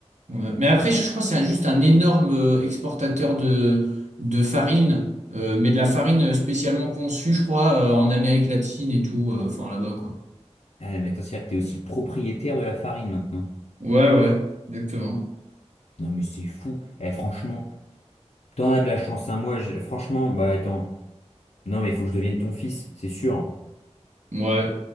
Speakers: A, on the right (about 80°); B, on the left (about 65°).
A: Ouais. Mais après, je crois que c'est juste un énorme euh, exportateur de, de farine, euh, mais de la farine spécialement conçue, je crois, euh, en Amérique latine et tout, euh, enfin là-bas, quoi.
B: Ah mais attends, c'est-à-dire que t'es aussi propriétaire de la farine maintenant.
A: Ouais, ouais, exactement.
B: Non mais c'est fou. Eh, franchement, T'en as de la chance, hein. Moi, j'ai- franchement, bah attends. Non, mais il faut que je devienne ton fils, c'est sûr.
A: Ouais.